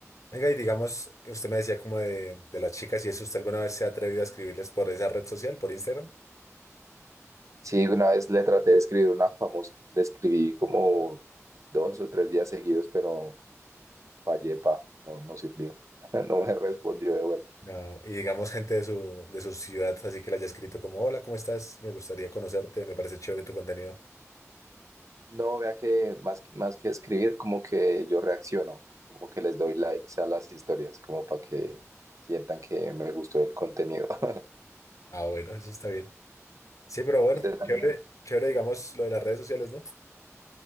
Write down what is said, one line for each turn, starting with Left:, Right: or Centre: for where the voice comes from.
Left: Venga, y digamos, que usted me decía como de, de las chicas, y eso usted alguna vez se ha atrevido a escribirles por esa red social, por Instagram.
Right: Sí, una vez le traté de escribir una famosa, le escribí como dos o tres días seguidos, pero fallé, pa, no, no sirvió, <laughs> no me respondió de vuelta.
Left: No. Y digamos, gente de su, de su ciudad, así que le haya escrito como, hola, ¿cómo estás? Me gustaría conocerte, me parece chévere tu contenido.
Right: No, vea que más, que- más que escribir, como que yo reacciono, como que les doy likes a las historias, como para que sientan que me gustó el contenido. <laughs>
Left: Ah, bueno, eso está bien. Sí, pero bueno,
Right: Usted también.
Left: chévere, chévere, digamos, lo de las redes sociales, ¿no?